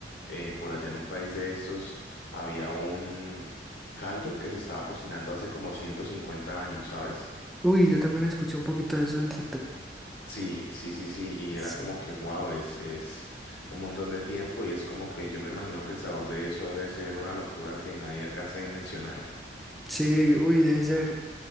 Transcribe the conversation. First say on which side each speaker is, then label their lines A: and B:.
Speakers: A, on the left; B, in the centre.
A: eh, por allá en un país de estos había un caldo que se estaba cocinando hace como 150 años, ¿sabes?
B: Uy, yo también escuché un poquito de eso en TikTok.
A: Sí, sí, sí, sí, y era
B: Sí,
A: como que, wow, es, es un montón de tiempo y es como que yo me imagino que el sabor de eso debe ser una locura que nadie alcanza a dimensionar. <laughs>
B: sí, uy, debe ser